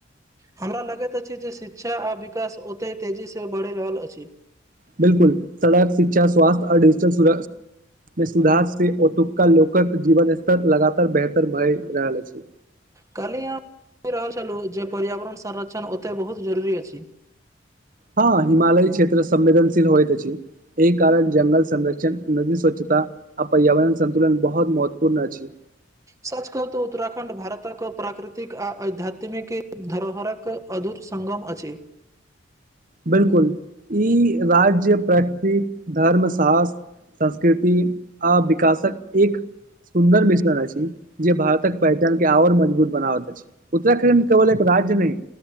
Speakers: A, on the right; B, on the right.
A: हमरा लगैत अछि जे शिक्षा आ विकास ओतय तेजीसे बढ़ि रहल अछि।
B: बिलकुल सड़क, शिक्षा, स्वास्थ्य आ डिजिटल सुर में सुधार से ओतुका लोकक जीवन स्तर लगातार बेहतर भए रहल अछि।
A: कल्हि हम पढि रहल छलहुँ जे पर्यावरण संरक्षण ओतऽ बहुत जरूरी अछि।
B: हँ हिमालय क्षेत्र संवेदनशील होइत अछि एहि कारण जंगल संरक्षण, नदी स्वच्छ ता आ पर्यावरण सन्तुलन बहुत महत्वपूर्ण अछि।
A: सच कहु तो उत्तराखंड भारतक प्राकृतिक आ आध्यात्मिक धरोहरक मधुर सङ्गम अछि।
B: बिलकुल ई राज्य प्रकृति, धर्म, साहस संस्कृति आ विकासक एक सुन्दर मिश्रण अछि जे भारतक पर्यटन के आओर मजबूत बनाबत अछि। उत्तराखण्ड केवल एक राज्य नहि